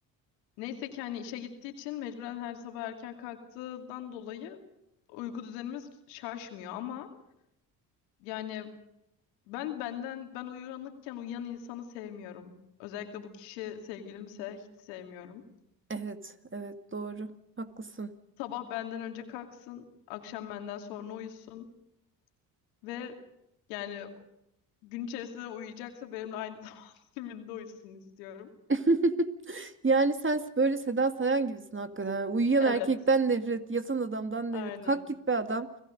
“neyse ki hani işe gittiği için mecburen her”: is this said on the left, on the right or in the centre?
Left